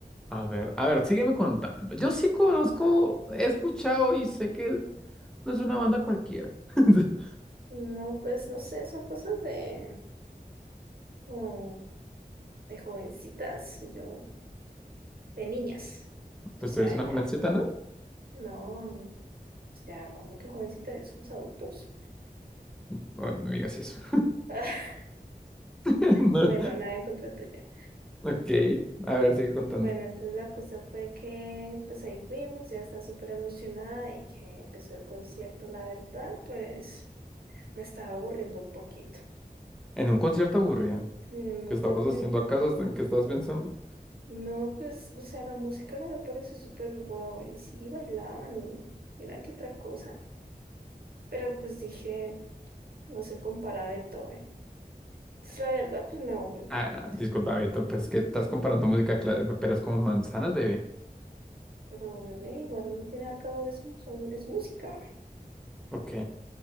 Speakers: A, in the centre; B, on the right.
A: A ver, a ver, sígueme contando. Yo sí conozco, he escuchado y sé que no es una banda cualquiera. <laughs>
B: No, pues no sé, son cosas de, como de jovencitas y yo, de niñas. Tú
A: Pues
B: sabes,
A: tú eres una
B: ya.
A: jovencita, ¿no?
B: No, pues, ya, como que jovencita, ya somos adultos.
A: No, no digas eso.
B: <laughs>
A: <laughs> No.
B: Bueno, nada en contra tuya.
A: Ok, a ver, sigue contando.
B: Bueno, entonces la cosa fue que pues ahí fuimos, ya estaba súper emocionada y que empezó el concierto, la verdad, pues. me estaba aburriendo un poquito.
A: En un concierto aburrido,
B: Sí, No,
A: ¿qué estabas
B: te voy a men-
A: haciendo acaso? ¿En qué estabas pensando?
B: no, pues, o sea, la música no me parece súper guau. Y sí, bailaban y, y una que otra cosa. Pero pues dije, no se compara a Beethoven. Entonces, la verdad, pues me aburre un
A: Ah,
B: poquito.
A: ah, disculpa, Beto, pues que estás comparando música clásica, pero es como manzanas, bebé.
B: Pero bebé, igual al fin y al cabo es, mu- son- es música.
A: Ok.